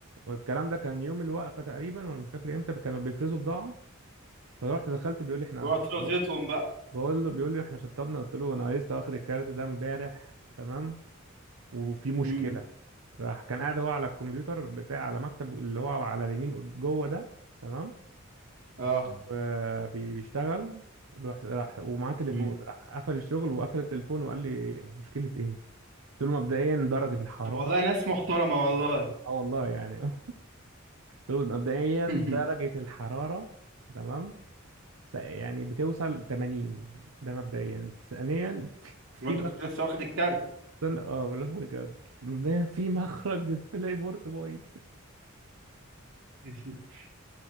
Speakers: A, on the right; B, on the right.
A: والكلام ده كان يوم الوقفه تقريبا ولا مش فاكر امتى كانوا بيفرزوا بضاعه فرحت دخلت بيقول لي احنا
B: ورحت
A: ب-
B: رزيتهم بقى
A: بقول له بيقول لي احنا شطبنا قلت له انا لسه واخد الكارت ده امبارح تمام وفي مشكلة
B: امم
A: راح كان قاعد هو على الكمبيوتر بتاع على مكتب اللي هو على اليمين قد- جوه ده تمام
B: اه
A: وبيشتغل راح راح ومعاه تليفون
B: امم
A: راح قفل الشغل وقفل التليفون وقال لي مشكلة ايه؟ قلت له مبدئيا درجة الحرارة
B: طب والله ناس محترمة والله
A: اه والله يعني <laughs> قلت له مبدئيا
B: <laughs>
A: درجة الحرارة تمام س- يعني بتوصل 80 ده مبدئيا ثانيا في في
B: وانت
A: مخرج
B: كنت لسه واخد الكارت
A: استنى، اه ولا تفضل كده. مبدئيا في مخرج ديسبلاي بورت بايظ
B: <laughs>